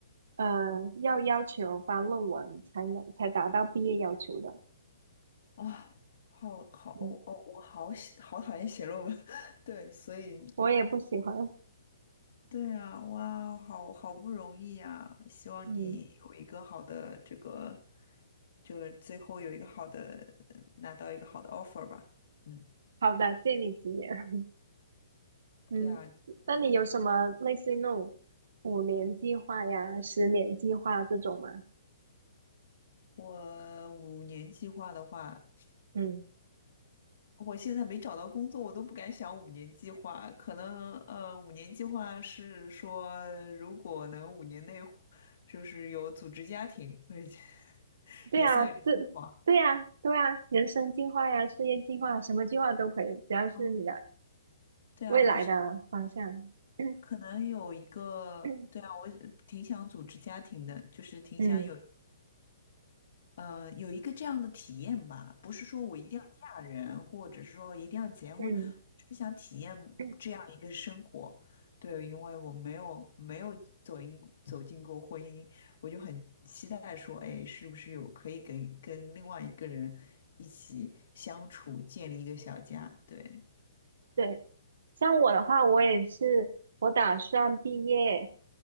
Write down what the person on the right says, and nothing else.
呃要要求发论文才能才达到毕业要求的。
嗯，
我也不喜欢。
嗯，
好的，借你吉言。<laughs> 嗯，
那你有什么类似于那种五年计划呀、十年计划这种吗？
嗯。
对呀，
这对呀，对呀，人生计划呀，事业计划，什么计划都可以，只要是你的
未来的方向。
<clears throat>
嗯
嗯
嗯，
嗯，
对，像我的话，我也是，我打算毕业